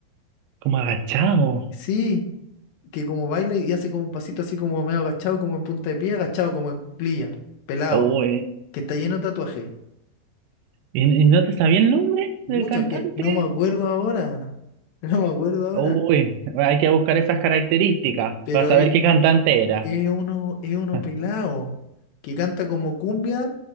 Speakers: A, on the right; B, on the left.
A: Como agachado.
B: Sí, que como baila y hace como un pasito así como medio agachado, como en punta de pie, agachado, como en cuclilla, pelado,
A: Uy,
B: que está lleno de tatuaje.
A: ¿y, y no te sabía el nombre
B: Mucha,
A: del cantante?
B: que no me acuerdo ahora. <laughs> No me acuerdo ahora.
A: Uy, hay que buscar esas características
B: pero
A: para saber
B: es,
A: qué cantante era.
B: es uno, es uno
A: <laughs>
B: pelado que canta como cumbia